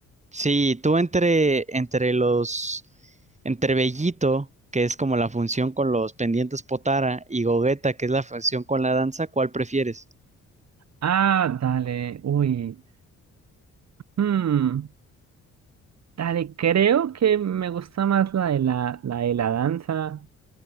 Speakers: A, on the right; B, on the right.
A: si tú entre, entre los, entre Bellito, que es como la función con los pendientes Potara, y Gogeta, que es la función con la danza, ¿cuál prefieres?
B: Ah, dale, uy. Hmm, dale, creo que me gusta más la de la, la de la danza,